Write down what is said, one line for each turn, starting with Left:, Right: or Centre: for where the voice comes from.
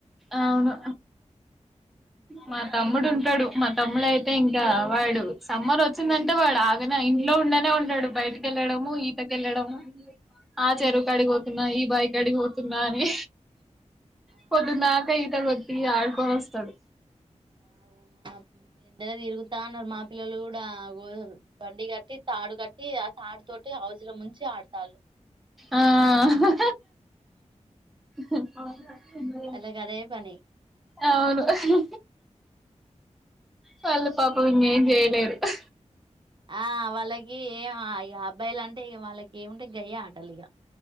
Centre: అవును
Right: అంతే
Centre: మా
Right: ఇగ
Centre: తమ్ముడు ఉంటాడు మా తమ్ముడు అయితే ఇంకా వాడు సమ్మర్ వచ్చిందంటే వాడు ఆగనే ఇంట్లో ఉండనే ఉంటాడు బయటికెళ్ కెళ్ళడము ఈత కళ్డము ఆ చెరువుకు కాడిగిపోతున్నా ఈ బాయికి కాడిగిపోతున్నా అని
Right: ఆహా
Centre: పోదుందాక ఈత కొట్టి ఆడుకొని వస్తాడు
Right: ఆ ఉమ ఎండకి తిరుగుతాన్నారు మా పిల్లలు కూడా గో బండి గట్ ట్టి తాడు కట్టి ఆ తాడు తోటి హజులో ముంచి ఆడతాలు
Centre: ఆ ఆహా హా హా
Right: వాళ్ళకి అదే పని
Centre: అవును ఆహా వాళ్ళు పాపం ఇంకేం చేయలేరు హా
Right: ఆ వాళ్ళకి ఏ ఇక అబ్బాయిలు అంటే ఇక వాళ్ళకి ఏముంటే గయే ఆటలు ఇక